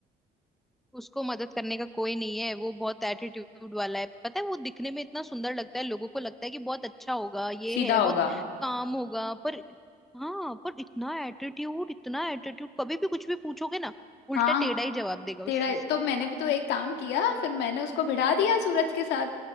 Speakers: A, in the centre; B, on the left.
A: उसको मदद करने का कोई नहीं है वो बहुत एटीट्यूड वाला है पता है वो दिखने में इतना सुंदर लगता है लोगों को लगता है कि बहुत अच्छा होगा ये
B: सीधा
A: है बहुत
B: होगा
A: काम होगा पर हाँ पर इतना एटीट्यूड इतना एटीट्यूड कभी भी कुछ भी पूछोगे ना उल्टा
B: हाँ
A: टेढ़ा ही जवाब देगा
B: तेरा
A: उस चीज
B: तो
A: का
B: मैंने भी तो एक काम किया फिर मैंने उसको भिड़ा दिया सूरज के साथ